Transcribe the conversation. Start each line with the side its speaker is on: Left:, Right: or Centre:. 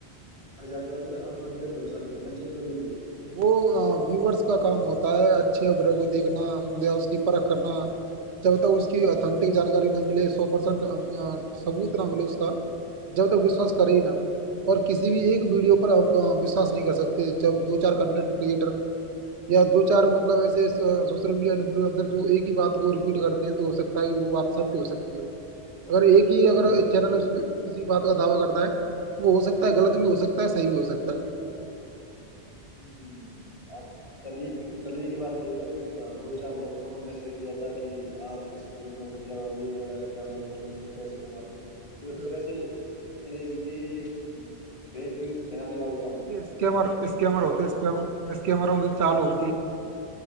Left: ہر جانکاری پہ <unintelligible> بن کر بھرسہ نہیں کرنااہیے کبھی بھی <unintelligible>
Right: وہ ویوورس کا <unintelligible> <unintelligible>
Left: ہوں
Right: دو چار کنٹینٹ کریئٹر یا دو چار مطلب ایسے سوشل میڈیا انفلئسر جو ایک ہی بات کو رپیٹ کرتے ہیں تو ہو سکتا ہے وہ بات ست ہو سکتی ہے اگر ایک ہی
Left: ہوں
Right: اگر ایک چینل کسی بات کا دعوی کرتا ہے وہ ہو سکتا ہے غلط بھی ہو سکتا ہے صحیح بھی ہو سکتا ہے
Left: ہوں آپ کل ہی کی کل ہی کی بات لے لو ایک دو چار لڑکوں نے میسج کیا تھا کہ آپ اس گروپ میں جڑ جاؤ یہ وغیرہ ڈن لڈ کر لو اس میں پیسے کما لو تو
Right: ہے
Left: اس طرح سے یہ یہ فیک نیوز فنا لے کاا <unintelligible>
Right: جی اسکمر اسکمر ہوتے <unintelligible> کیمرا گ چالو ہو
Left: ہ